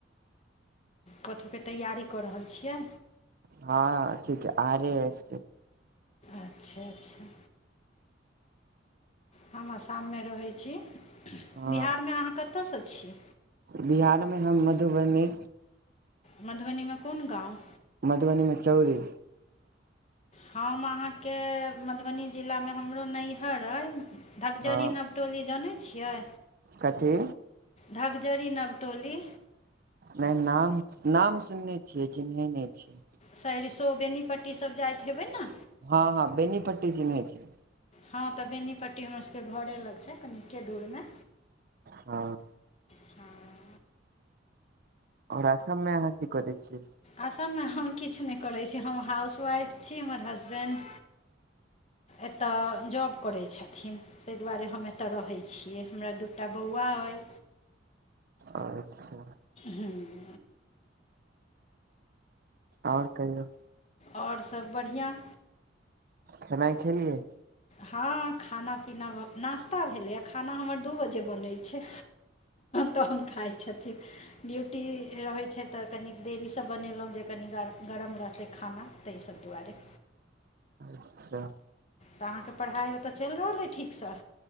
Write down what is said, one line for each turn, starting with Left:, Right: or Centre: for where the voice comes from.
Left: कतहुके तैयरी कऽ रहल छियै
Right: हँ ठीक ह आ रहे हैस
Left: अच्छा अच्छा हम आसामे रहैत छी
Right: हँ
Left: बिहारमे अहाँ कतयसँ छी
Right: बिहार में ना मधुबनी
Left: मधुबनी में कोन गाँव
Right: मधुबनी में चौरी
Left: हम अहाँके मधुबनी जिलामे हमरो नैहर अइ धकजरी
Right: हँ
Left: न टोली जानै छियै
Right: कथी
Left: धकजरी नवटोली
Right: नहि नाम नाम सुनने छियै चिन्है नहि छियै
Left: सरिसो बेनीपट्टी सब जाइत हेबै ने
Right: हँ हँ बेनीपट्टी चिन्है छै
Left: हँ तऽ बेनीपट्टी हमर सबके घरे लग छै कनिके दूर में
Right: हँ
Left: हँ
Right: ओर असममे अहाँ की करैत छियै
Left: असममे हम किछ नहि करैत छी हम हाउसवाइफ छी हमर हसबैंड एतय जॉब करै छथिन तहि दुआरे हम एतय रहैत छियै हमरा दूटा बौआ अइ
Right: अच्छा
Left: हँ
Right: ओर कहियो
Left: ओर सब बढ़िआँ
Right: खाना खेलियै
Left: हँ खाना पीना नास्ता भेलैए खाना हमर दू बजे बनै छै तहन खाइ छथिन ड्यूटी रहै छै तऽ कनी देरीसँ बनेलहुँ जे कनि गरम रहतै खाना तऽहि ई सभदआरे
Right: अच्छा
Left: तऽ अहाँके पढ़ाइ ओतय चलि रहल अइ ठीकसँ